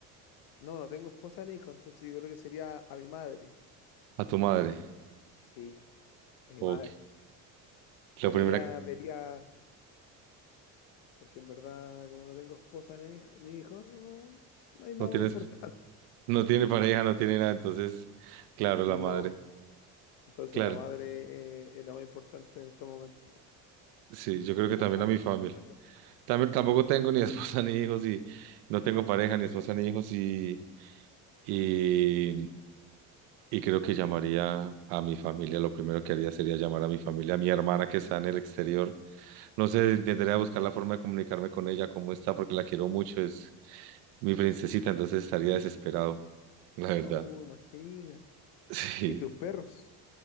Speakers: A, on the left (about 80°); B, on the right (about 80°).
A: No, no tengo esposa ni hijo, entonces yo creo que sería a mi madre.
B: A tu madre.
A: Sí, a mi
B: Ok.
A: madre.
B: La
A: Con
B: primera,
A: ella vería, porque en verdad, como no tengo esposa ni, hij- ni hijos, no, no hay nada
B: no tienes,
A: más importante. <laughs>
B: no tiene pareja, no tiene nada, entonces, claro, la
A: No,
B: madre.
A: entonces
B: Claro.
A: la madre eh, es la más importante en este momento.
B: Sí, yo creo que
A: ¿Tú
B: también
A: a
B: a mi
A: quién
B: familia.
A: contactarías?
B: También, tampoco tengo ni <laughs> esposa ni hijos y no tengo
A: <laughs>
B: pareja, ni esposa ni hijos y, y, y creo que llamaría a mi familia. Lo primero que haría sería llamar a mi familia, a mi hermana que está en el exterior. No sé,
A: Mm.
B: intentaré buscar la forma de comunicarme con ella, cómo está, porque la quiero mucho. Es mi princesita, entonces estaría desesperado, la verdad.
A: Ah, Uh,
B: <laughs>
A: imagínate.
B: Sí.
A: ¿Y tus perros?